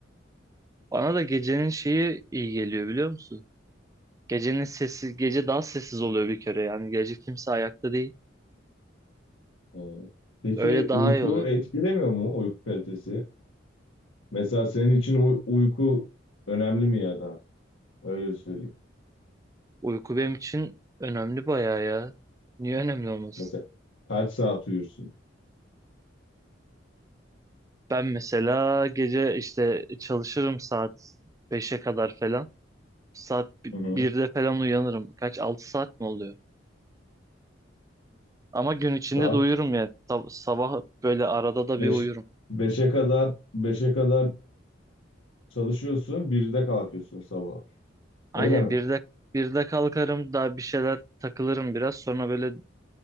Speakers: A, on the right; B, on the left.
A: Bana da gecenin şeyi iyi geliyor biliyor musun? Gecenin sessiz, gece daha sessiz oluyor bir kere yani gece kimse ayakta değil.
B: Evet. Peki
A: Öyle daha
B: uyku
A: iyi oluyor.
B: etkilemiyor mu uyku kalitesi? Mesela senin için uy- uyku önemli mi ya da öyle söyleyeyim.
A: Uyku benim için önemli bayağı ya. Niye önemli olmasın?
B: Mesela kaç saat uyursun?
A: Ben mesela gece işte çalışırım saat beşe kadar falan. Saat bi-
B: Hı hı.
A: birde falan uyanırım. Kaç 6 saat mi oluyor? Ama gün içinde
B: Saat
A: de uyurum yani. Sab- sabah böyle arada da
B: 5
A: bir uyurum.
B: 5'e kadar beşe kadar çalışıyorsun, birde kalkıyorsun sabah.
A: Aynen
B: Öyle mi?
A: birde birde kalkarım daha bir şeyler takılırım biraz. Sonra böyle